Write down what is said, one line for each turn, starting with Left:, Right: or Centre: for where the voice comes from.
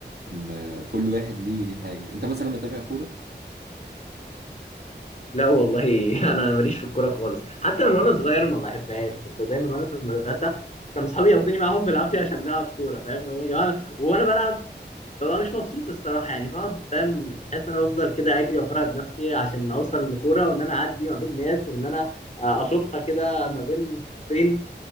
Right: ان كل واحد ليه ليه حاجه انت مثلا لما تتابع كوره
Left: لا والله <laughs> أنا ماليش في الكورة خالص حتى من وأنا صغير ما بحبهاش كنت دايما وأنا في المدرسة كانوا أصحابي ياخدوني معاهم بالعافية عشان نلعب كورة فاهم اللي هو يا جماعة وأنا بلعب ببقى مش مبسوط الصراحه يعني بقعد فاهم حاسس ان انا بفضل كده اجري وافرهد نفسي عشان اوصل لكوره وان انا اعدي ما بين ناس وان انا آه، اشوطها كده ما بين طين